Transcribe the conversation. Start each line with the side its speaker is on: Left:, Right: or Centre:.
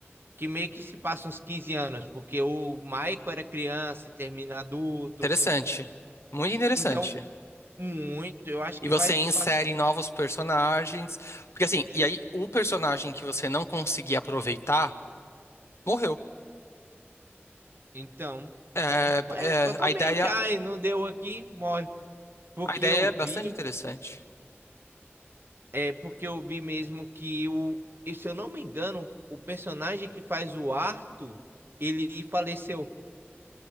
Right: Que meio que se passa uns 15 anos, porque o Michael era criança e termina adulto.
Left: Interessante. Muito interessante.
Right: Então, muito, eu acho
Left: E
Right: que
Left: você
Right: vai se
Left: insere
Right: passar.
Left: novos personagens. Porque assim, e aí o personagem que você não conseguia aproveitar morreu.
Right: Então,
Left: É,
Right: com... é,
Left: é,
Right: totalmente.
Left: a ideia.
Right: Ai, não deu aqui, morre. Porque
Left: A ideia
Right: eu
Left: é bastante
Right: vi
Left: interessante.
Right: É porque eu vi mesmo que o, e se eu não me engano, o personagem que faz o Arthur, ele faleceu.